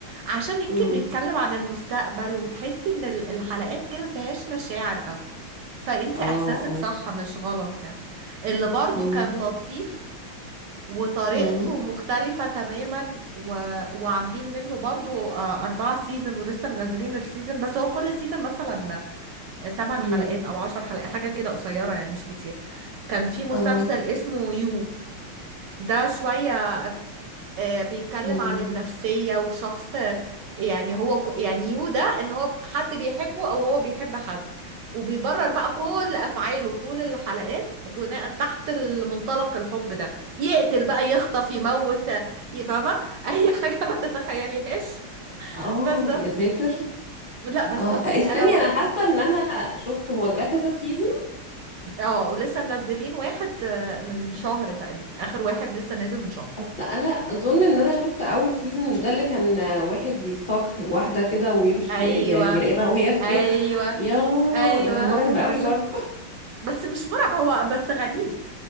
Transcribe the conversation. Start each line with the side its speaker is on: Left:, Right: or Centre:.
Right: عشان يمكن
Left: امم
Right: بيتكلم عن المستقبل وتحسي ان ال- الحلقات كده ما فيهاش مشاعر قوي فانت
Left: اه
Right: احساسك
Left: اه
Right: صح مش غلط يعني اللي برضو
Left: امم
Right: كان لطيف وطريقته
Left: امم
Right: مختلفة تماما و... وعاملين منه برضو آه، أربعة سيزون ولسه منزلين السيزون بس هو كل سيزون مثلا آه، تمن
Left: امم
Right: حلقات أو عشر حلقات حاجة كده قصيرة يعني مش كتير كان في مسلسل
Left: اه
Right: اسمه يو ده شوية آه، بيتكلم
Left: امم
Right: عن النفسية وشخص آه، يعني هو ك- يعني يو ده ان هو حد بيحبه او هو بيحب حد وبيبرر بقى كل افعاله طول الحلقات بناء تحت المنطلق الحب ده يقتل بقى يخطف يموت آه، يفهمه <laughs> اي حاجة ما تتخيليهاش
Left: اه
Right: بس
Left: يا ساتر
Right: لا بس
Left: اه
Right: بصي
Left: استني
Right: انا بقى
Left: انا حاسه ان انا شفت هو ده كذا سيزون
Right: اه ولسه منزلين واحد آه، من شهر تقريبا اخر واحد لسه نازل من شهر
Left: اصل انا اظن ان انا شفت اول سيزون مش ده اللي كان واحد بيستاك واحده كده ويمشي
Right: ايوه
Left: يعني يراقبها وهي في
Right: ايوه
Left: بيتها يا
Right: ايوه
Left: ده كان مرعب قوي
Right: بس
Left: برضو
Right: شفت بس مش مرعب هو بس غريب